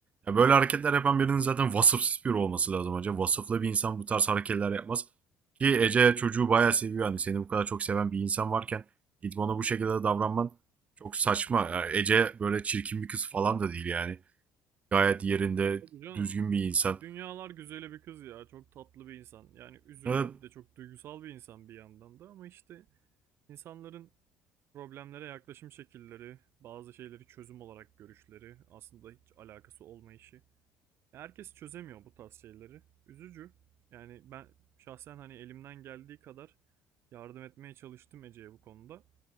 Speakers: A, on the right; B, on the right.
A: ya böyle hareketler yapan birinin zaten vasıfsız biri olması lazım hocam. Vasıflı bir insan bu tarz hareketler yapmaz. Ki Ece çocuğu bayağı seviyor. Hani seni bu kadar çok seven bir insan varken gidip ona bu şekilde davranman çok saçma. Ya Ece böyle çirkin bir kız falan da değil yani. Gayet yerinde
B: tabii canım
A: düzgün bir insan.
B: dünyalar güzeli bir kız ya çok tatlı bir insan. Yani üzülüyor
A: Evet.
B: bir de çok duygusal bir insan bir yandan da ama işte insanların problemlere yaklaşım şekilleri, bazı şeyleri çözüm olarak görüşleri, aslında hiç alakası olmayışı. Herkes çözemiyor bu tarz şeyleri. Üzücü. Yani ben şahsen hani elimden geldiği kadar yardım etmeye çalıştım Ece'ye bu konuda.